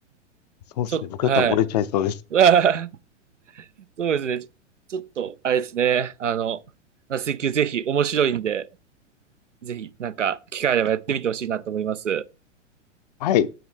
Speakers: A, on the left (about 35°); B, on the right (about 75°).
A: そうですね。
B: ちょっと、
A: 僕だったら溺れちゃいそうです。
B: はい。あーそうですね。ちょちょっと、あれですね。あの、水球ぜひ面白いんで、ぜひ、なんか、機会あればやってみてほしいなと思います。
A: はい。